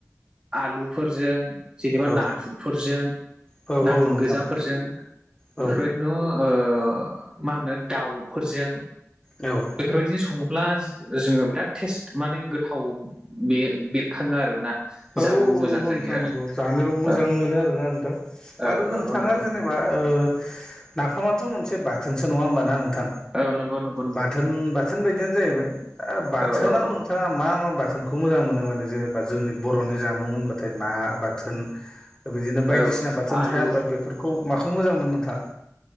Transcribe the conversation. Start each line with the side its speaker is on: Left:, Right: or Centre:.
Right: आलुफोरजों जेनेबा
Left: औ
Right: नाथुर फोरजों
Left: औ
Right: नाथुर
Left: औ नोंथां
Right: गोजाफोरजों
Left: औ
Right: बेफोरबायदि <unintelligible> ओ मा होनो दाउफोरजों
Left: औ
Right: बेफोरबायदिनो सङोब्ला जोङो बिराद टेस्ट माने गोथाव बे बेरखाङो आरो ना।
Left: औ औ
Right: जानो मोजां
Left: नंगौ
Right: जायो
Left: नोंथां नंगौ जानायाव मोजां
Right: औ
Left: मोनो आरो ना नोंथां
Right: औ
Left: आरो नोंथाङा
Right: औ औ नंगौ
Left: जेने बा ओ नाफामाथ' मोनसे बाथोनसो नङा होमबा ना नोंथां?
Right: औ नंगौ नंगौ नंगौ
Left: बाथोन बाथोन बायदियानो जाहैबाय ओ बाथोनाव
Right: औ औ औ
Left: नोंथां बिथाङा मा मा बाथोनखौ मोजां मोनो माने जेनेबा जोंनि बर'नि जामुं होनबाथाय ना बाथोन ओ बिदिनो बायदिसिना
Right: औ
Left: बाथोन
Right: आलु
Left: थाया होनबा बेफोर खौ माखौ मोजां मोनो नोंथाङा?